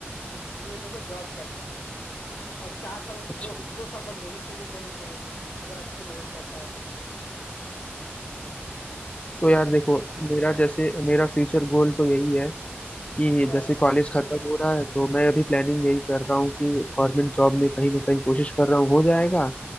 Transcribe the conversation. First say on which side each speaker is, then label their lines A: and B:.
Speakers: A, on the left; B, on the left.
A: ये भी तो देखो जॉब करके और चार साल
B: अच्छा
A: दो दो साल बाद वो भी मैनेजर हो जाएगा अगर अच्छी मेहनत करता है तो
B: तो
A: समझ
B: यार
A: रहे हो
B: देखो मेरा जैसे मेरा फ्यूचर गोल तो यही है कि
A: हाँ
B: जैसे कॉलेज खत्म हो रहा है तो मैं अभी प्लानिंग यही कर रहा हूँ कि गवर्नमेंट जॉब में कहीं ना कहीं कोशिश कर रहा हूँ हो जाएगा